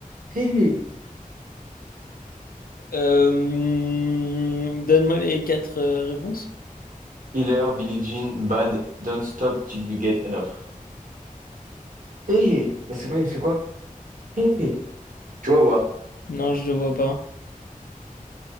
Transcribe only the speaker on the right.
hé, hé.
Killer, Billie Jean, Bad, Don't Stop Till You Get Enough. Hé, hé. Bah, c'est quoi, il fait quoi? Hé, hé. Tu vois, ou pas?